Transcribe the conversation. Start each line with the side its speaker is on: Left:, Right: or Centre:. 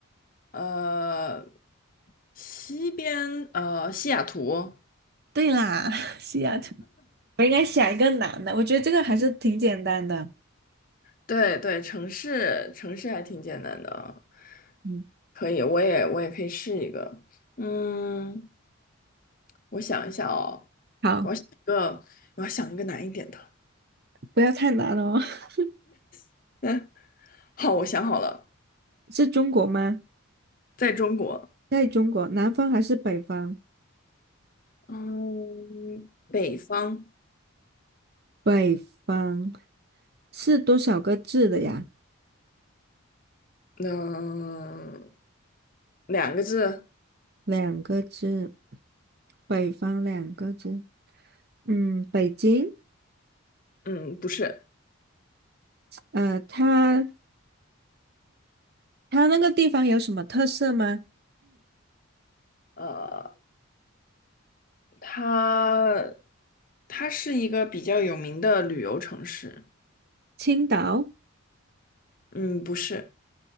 Left: 呃，西边，呃，西雅图。
Right: 对啦，<laughs> 西雅图。我应该想一个难的，我觉得这个还是挺简单的。
Left: 对对，城市城市还挺简单的，
Right: 嗯，
Left: 可以，我也我也可以试一个。嗯，我想一下哦，
Right: 好，
Left: 一个我要想一个难一点的。
Right: 不要太难哦。<laughs>
Left: <laughs> 嗯，好，我想好了，
Right: 是中国吗？
Left: 在中国，
Right: 在中国，南方还是北方？
Left: 嗯，北方。
Right: 北方是多少个字的呀？
Left: 嗯，两个字，
Right: 两个字，北方两个字，嗯，北京，
Left: 嗯，不是，
Right: 呃，它它那个地方有什么特色吗？
Left: 呃，它它是一个比较有名的旅游城市，
Right: 青岛
Left: 嗯，不是，